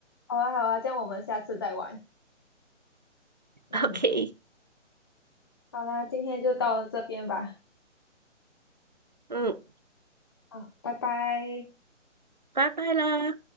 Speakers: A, on the left; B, on the right.
A: 好啊好啊，这样我们下次再玩。嗯，
B: <laughs> OK，
A: 好啦，今天就到这边吧。
B: 嗯，
A: 好，拜拜。
B: 拜拜啦。